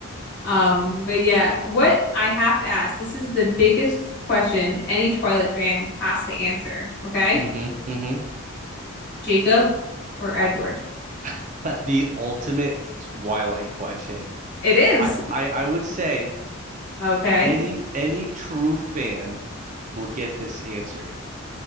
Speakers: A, on the left (about 45°); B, on the right (about 35°).
A: Um, but yeah, what I have to ask, this is the biggest question any Twilight fan has to answer, okay?
B: hmm hmm
A: Jacob or Edward?
B: <laughs> The ultimate Twilight question.
A: It is.
B: I, I I would say
A: Okay.
B: any any true fan will get this answer.